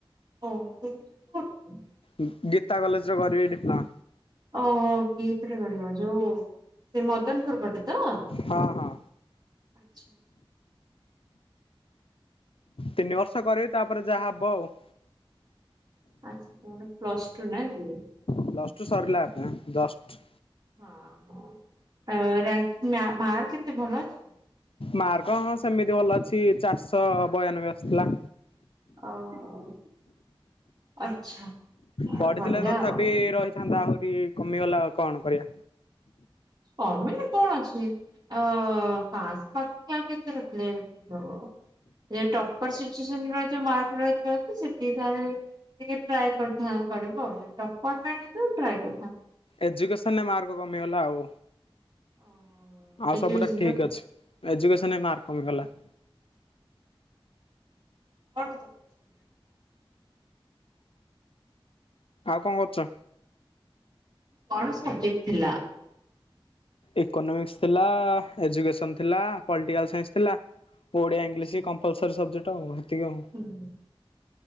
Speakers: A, on the right (about 45°); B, on the left (about 70°).
A: ଓହୋ ଭୁବନେଶ୍ବର କୋଉଠି ରେ?
B: ଉ-ଉ ଗୀତା କଲେଜ ରେ କରିବି ଡିପ୍ଲୋମା,
A: ଓହୋ କିତ୍ ରେ କରିବ ଯୋଉ, ସେ ମଦନପୁର ପଟେ ତ, ଆଚ୍ଛା,
B: ହଁ ହଁ
A: ଆଛା
B: ତିନି ବର୍ଷ କରିବି ତାପରେ ଯାହା ହବ ଆଉ,
A: ଆଛା କୋହୁନା ପ୍ଲସ୍ ଟୁ ନାହିକି,
B: ପ୍ଲସ୍ ଟୁ ସରିଲା ଆପଣ ଜ୍ସଟ୍,
A: ହଁ-ହଁ ଅ ରେକ୍ ମା ମାର୍କ କେତେ ଭଲ ଅଛି?
B: ମାର୍କ ହଁ ସେମିତି ଭଲ ଅଛି ଚାରଶହ ବୟାନବେ ଆସିଥିଲା,
A: ଓ ହଉ ଆଚ୍ଛା,
B: ପଢ଼ିଥିଲେ
A: ବଢିଆ
B: ତଥାପି
A: ଆଉ।
B: ରହିଥାନ୍ତା ଆହୁରି କମିଗଲା କଣ କରିବା?
A: କମିଲେ କଣ ଅଛି କି? ଅ ପାସ୍ ପାଖ ଆଉ କେତେ ରଖିଲେ ଠିକ୍ ହବ? ଏ ଟପର ସିଚୁଏନ ରହିଥାନ୍ତି ମାର୍କ ରହିଥାଏ ସେଠି ତାଲେ ଟିକେ ଟ୍ରାଏ କରିଥା କରିବ ଯଦି ଟପର ପାଇଁ ଅଛ ଟ୍ରାଏ କରିଥାନ୍ତ,।
B: ଏଜୁକେସନ୍ ରେ ମାର୍କ କମିଗଲା ଆଉ
A: ଅ
B: ଆଉ
A: ଏଜୁକେସନ
B: ସବୁଟା ଠିକ୍
A: ର
B: ଅଛି ଏଜୁକେସନ୍ ରେ ମାର୍କ କମିଗଲା।
A: <inaudible>
B: ଆଉ କଣ କରୁଛ?
A: କଣ ସବଜେକ୍ଟ ଥିଲା?
B: ଇକୋନୋମିକ୍ସ ଥିଲା ଏଜୁକେସନ୍ ଥିଲା ପଲଟିକାଲ୍ ସାଇନ୍ସ ଥିଲା, ଓଡ଼ିଆ
A: ଆଚ୍ଛା
B: ଇଂଗିଲିଶ୍ କମ୍ପଲସରୀ ସବଜେକ୍ଟ ଆଉ ଏତିକି ଆଉ
A: ହୁଁ।